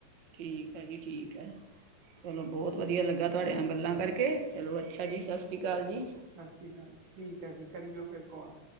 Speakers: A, on the right; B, on the right.
A: ਠੀਕ ਹੈ ਜੀ ਠੀਕ ਹੈ ਚਲੋ ਬਹੁਤ ਵਧੀਆ ਲੱਗਾ ਤੁਹਾਡੇ ਨਾਲ ਗੱਲ ਗੱਲਾਂ ਕਰਕੇ ਚਲੋ, ਅੱਛਾ ਜੀ, ਸਸ ਸ੍ਰੀ ਅਕਾਲ। ਜੀ
B: ਸਸ ਸ੍ਰੀ ਕਾਲ ਜੀ, ਠੀਕ ਹੈ ਜੀ ਕਰੀਓ ਫਿਰ ਕਾਲ